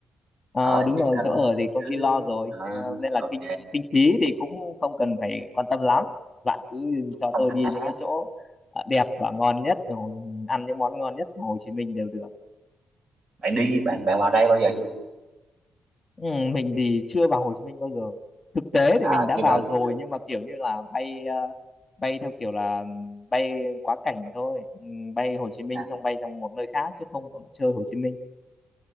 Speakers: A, on the left (about 30°); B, on the right (about 55°).
A: ờ,
B: Ở thì
A: đúng
B: chắc
A: rồi
B: ờ,
A: chỗ ở thì công
B: cứ
A: ty lo rồi
B: ờ,
A: Thế nên là
B: ok,
A: kinh kinh phí thì cũng không cần phải quan tâm lắm bạn cứ
B: cũng
A: cho
B: thông
A: tôi
B: thả.
A: đi những cái chỗ ờ, đẹp và ngon nhất rồi ăn những món ngon nhất của Hồ Chí Minh đều được
B: Bạn đi, bạn bạn vào đây bao giờ chưa?
A: Ừ, mình thì chưa vào Hồ Chí Minh bao giờ. Thực tế
B: À,
A: thì mình đã
B: chưa vào
A: vào
B: thì
A: rồi
B: được.
A: nhưng mà kiểu như là bay ờ, bay theo kiểu là ừm, bay quá cảnh thôi. Ừm, bay Hồ Chí Minh
B: À,
A: xong bay sang một nơi khác chứ không ở chơi Hồ Chí Minh.